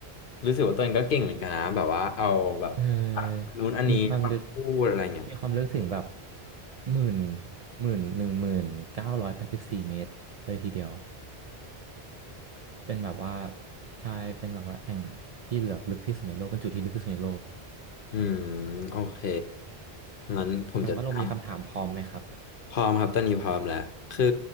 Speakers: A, on the left (about 60°); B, on the right (about 50°).
A: รู้สึกว่าตัวเองก็เก่งเหมือนกันนะแบบว่าเอาแบบ
B: เออมีความลึก
A: นู้นอันนี้มาพูดอะไรเงี้ย
B: มีความลึกถึงแบบหมื่นหมื่นหนึ่งหมื่นเก้าร้อยแปดสิบสี่เมตรเลยทีเดียว เป็นแบบว่าใช่เป็นแบบว่าแอ่งที่เหลือบลึกที่สุดในโลกเป็นจุดที่ลึกที่สุดในโลก
A: อืมโอเคงั้นผมจะทำ
B: น้องว่าเรามีคำถามพร้อมไหมครับ
A: พร้อมครับตอนนี้พร้อมแล้วคือ